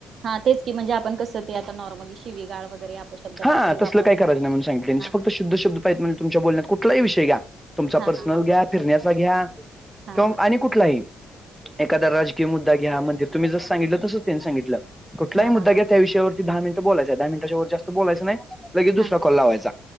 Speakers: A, on the right; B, in the centre.
A: हा तेच की, म्हणजे आपण कसं ते आता नॉर्मली शिवीगाळ वगैरे आप शब्द काहीतरी
B: हां,
A: वापरणार.
B: तसलं काही करायचं नाही म्हणून सांगितलं,
A: हा
B: फक्त शुद्ध शब्द म्हणले तुमच्या बोलण्यात कुठलाही विषय घ्या तुमचा
A: हा
B: पर्सनल
A: हा हा
B: घ्या फिरण्याचा घ्या
A: हा
B: तो
A: हा
B: आणि कुठलाही. एखादा राजकीय मुद्दा घ्या, म्हणजे तुम्ही जसं सांगितलं तसं त्यांनी सांगितलं, कुठलाही
A: हा
B: मुद्दा
A: हा
B: घ्या
A: हा
B: त्या विषयावर फक्त दहा मिनिटं बोलायचंय, दहा मिनिटाच्या वर जास्त बोलायचं नाही. लगे
A: हा
B: दुसरा कॉल लावायचा,